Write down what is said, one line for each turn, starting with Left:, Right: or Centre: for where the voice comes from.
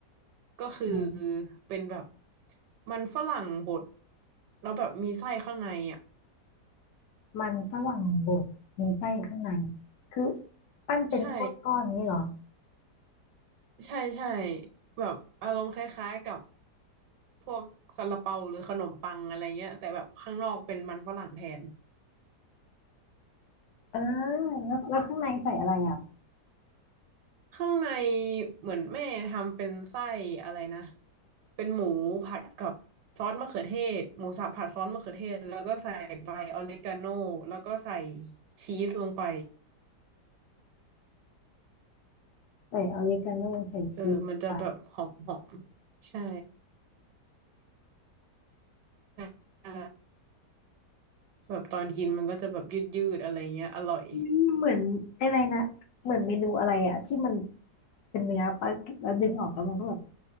Right: ก็คือ
Left: ไหน
Right: เป็นแบบมันฝรั่งบดแล้วแบบมีไส้ข้างในอ่ะ
Left: มันฝรั่งบดมีไส้ข้างในคือปั้นเป็นก้อนก้อนนี้เหรอ
Right: ใช่ใช่ใช่แบบอารมณ์คล้ายๆกับ พวกซาลาเปาหรือขนมปังอะไรเงี้ยแต่แบบข้างนอกเป็นมันฝรั่งแทน
Left: เออแล้วแล้วข้างในใส่อะไรอ่ะ
Right: ข้างในเหมือนแม่ทำเป็นไส้อะไรนะเป็นหมูผัดกับซอสมะเขือเทศหมูสับผัดซอสมะเขือเทศแล้วก็ใส่ใบออริกาโนแล้วก็ใส่ชีสลงไป
Left: ใส่ออริกาโนใส่ชีสไป
Right: เออมันจะแบบหอมหอมใช่ใช่แบบตอนกินมันก็จะแบบยืดยืดอะไรเงี้ยอร่อย
Left: อืมเหมือนอะไรนะเหมือนเมนูอะไรอ่ะที่มันเป็นเนื้อปะแล้วดึงออกแล้วมันก็แบบ